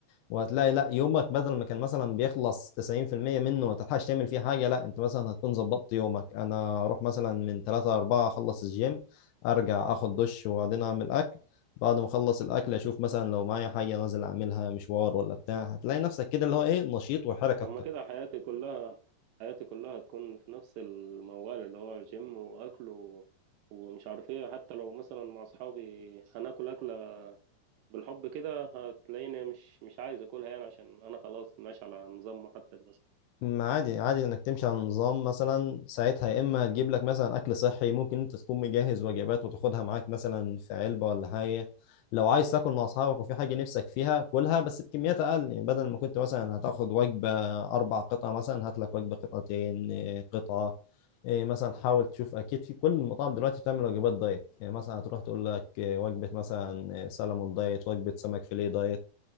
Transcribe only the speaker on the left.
وهتلاقي لا يومك بدل ما كان مثلا بيخلص 90% منه ما تلحقش تعمل فيه حاجة لا انت مثلا هتكون ظبطت يومك انا اروح مثلا من 3 4 اخلص الجيم ارجع اخد دش وبعدين اعمل اكل بعد ما اخلص الاكل اشوف مثلا لو معايا حاجة نازل اعملها مشوار ولا بتاع هتلاقي نفسك كده اللي هو ايه نشيط وحركة
ما عادي عادي انك تمشي على النظام مثلا ساعتها يا اما هتجيب لك مثلا اكل صحي ممكن انت تكون مجهز وجبات وتاخدها معاك مثلا في علبه ولا حاجه لو عايز تاكل مع اصحابك وفي حاجه نفسك فيها كلها بس بكميات اقل يعني بدل ما كنت مثلا هتاخد وجبه اربع قطع مثلا هات لك وجبه قطعتين إيه، قطعه إيه، مثلا حاول تشوف اكيد في كل المطاعم دلوقتي بتعمل وجبات دايت يعني مثلا هتروح تقول لك إيه، وجبه مثلا إيه، سلمون دايت وجبه سمك فيليه دايت